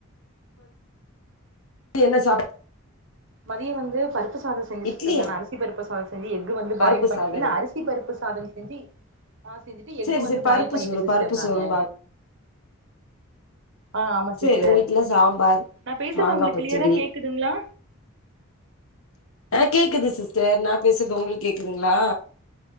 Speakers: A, on the left (about 75°); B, on the right (about 60°).
A: மதியோ என்ன சாப்
B: மதிய வந்து பருப்பு சாதோ செஞ்சி
A: இட்லியா
B: சிஸ்டர் நா அரிசி பருப்பு சாதோ செஞ்சு எக்கு வந்து
A: பருப்பு
B: பாயல் பண்ணி
A: சாதங்க
B: இல்ல பருப்பு சாதம் செஞ்சு ஆ செஞ்சுட்டு எக்கு
A: சேரி
B: வந்துட்டு
A: சேரி பருப்பு
B: பாயில் பண்ணிட்டே
A: சோறு
B: சிஸ்டர்
A: பருப்பு
B: நானு
A: சோறும்பாங்க
B: ஆ ஆமா சிஸ்டர்
A: சேரி எங்க வீட்ல சாம்பார்
B: நா பேசுறது
A: மாங்கா
B: உங்களுக்கு
A: பச்சடி
B: க்ளியரா கேக்குதுங்களா
A: ஆ கேக்குது சிஸ்டர் நா பேசுறது உங்க்ளுக் கேக்குதுங்களா